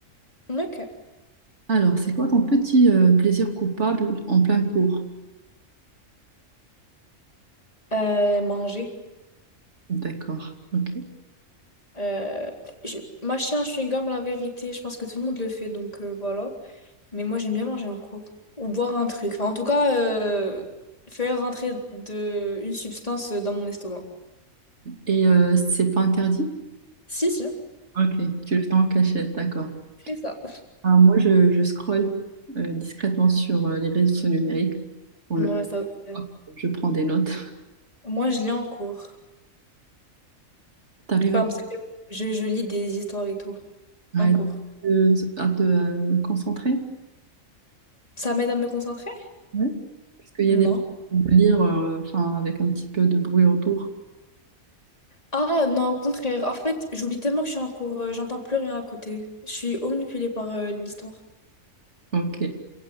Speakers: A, on the left; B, on the right.
A: Ok.
B: Alors, c'est quoi ton petit euh, plaisir coupable en plein cours?
A: Euh, manger.
B: D'accord. Ok.
A: Euh, je... Mâcher un chewing-gum, la vérité, je pense que tout le monde le fait, donc euh, voilà. Mais moi, j'aime bien manger en groupe. Ou boire un truc. Enfin, en tout cas, euh, faire rentrer de... une substance dans mon estomac.
B: Et euh, c'est pas interdit?
A: Si, si,
B: Ok, tu le fais en cachette, d'accord.
A: c'est ça.
B: Ah, moi, je, je scrolle euh, discrètement sur euh, les réseaux sociaux numériques. On le...
A: Ouais,
B: voit.
A: ça aussi.
B: Je prends des notes.
A: Moi, je lis en cours.
B: <laughs> T'arrives
A: Enfin,
B: à,
A: parce que je, je lis des histoires et tout
B: à
A: en cours.
B: te, à te, euh, concentrer?
A: Ça m'aide à me concentrer?
B: Ouais. Parce qu'il y
A: Non.
B: a des choses à lire euh, enfin, avec un petit peu de bruit autour.
A: Ah non, au contraire. En fait, j'oublie tellement que je suis en cours, euh, j'entends plus rien à côté. Je suis omnipulée par euh, l'histoire.
B: Ok.